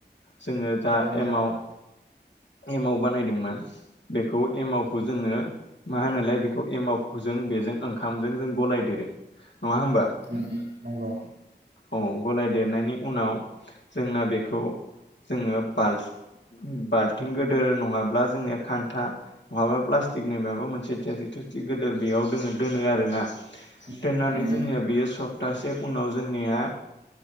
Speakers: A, on the left (about 80°); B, on the right (about 75°).
A: जोङो दा
B: नंगौ नंगौ नोंथां
A: एमाव एमव बानायदोंमोन बेखौ एमावखौ जोङो मा होनलाय बेखौ एमावखो जों बेजों ओंखामजों जों गलायदेरो नङा होमबा
B: नंगौ नंगौ
A: औ गलाय देरनायनि उनाव जोंना बेखौ जोङो बाल बाल्थिं गिदोर नङाब्ला जोंनिया खान्था नङाब्ला प्लास्टिक न माबा मोनसे <unintelligible> बेयाव दङ दोनो आरोना दोननानै
B: नंगौ नंगौ नोंथां नंगौ
A: जोंनिया बेयो सप्तासे उनाव जोंनिया